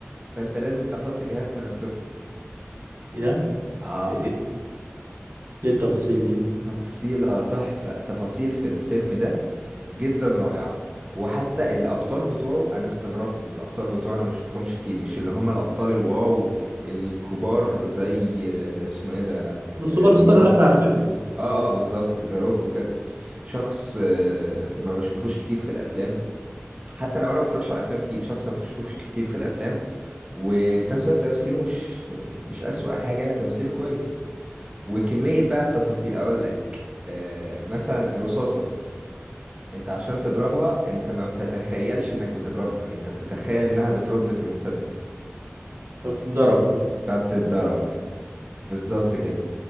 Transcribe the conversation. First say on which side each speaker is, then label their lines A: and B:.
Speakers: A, on the right; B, on the right.
A: فانت لازم تحط جهاز تنفسي
B: ايه ده؟
A: اه
B: إيه- ايه التفاصيل دي؟
A: تفصيلة تحفة تفاصيل في الفيلم ده جدا رائعة وحتى الأبطال بتوعه أنا استغربت إن الأبطال بتوعه أنا مشوفهمش كتير مش اللي هم الأبطال الواو الكبار زي آه، اسمه إيه ده
B: السوبر
A: ذي
B: ستار
A: روك
B: اللي احنا عارفينه
A: وكده اه اه بالظبط ذا روك وكذا شخص آه، ما بشوفوش كتير في الأفلام حتى لو أنا ما بتفرجش على أفلام كتير شخص ما بشوفوش كتير في الأفلام وفي نفس الوقت تمثيله مش مش أسوأ حاجة لا تمثيله كويس وكمية بقى التفاصيل أقول لك آه مثلا الرصاصة أنت عشان تضربها أنت ما بتتخيلش إنك بتضربها أنت بتتخيل إنها بترد في المسدس
B: بتتضرب
A: فبتتضرب بالظبط
B: مم.
A: كده